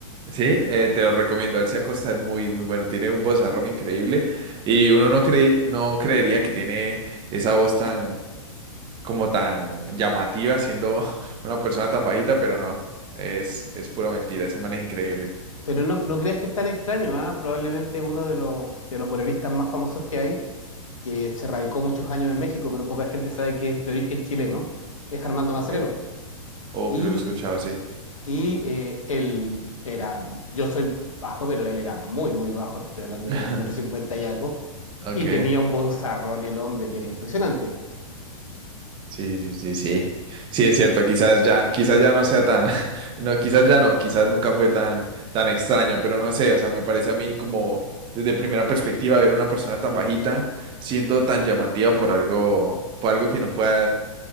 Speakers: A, on the right; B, on the left.
A: Sí, eh, te lo recomiendo. Alcia Acosta es muy, muy bueno. Tiene un vozarrón increíble y uno no cree, no creería que tiene esa voz tan como tan llamativa siendo <laughs> una persona tan bajita, pero no, es, es pura mentira, ese man es increíble.
B: Pero no, no creas que es tan extraño, ¿ah? Probablemente uno de los, de los boleristas más famosos que hay. que se radicó muchos años en México, pero poca gente sabe que es de origen chileno, es Armando Manzanero.
A: ¿Qué? Oh,
B: Y,
A: creo que lo he escuchado, sí.
B: y eh, él era, yo soy bajo, pero él era muy, muy bajo, te estoy hablando
A: <laughs>
B: que era un metro cincuenta y algo,
A: Ok,
B: y tenía un bozarrón el hombre que era impresionante.
A: sí, sí, sí, sí. Sí, es cierto, quizás ya, quizás ya no sea tan, <laughs> no, quizás ya no, quizás nunca fue tan, tan extraño, pero no sé, o sea, me parece a mí como desde primera perspectiva ver una persona tan bajita siendo tan llamativa por algo, por algo que no pueda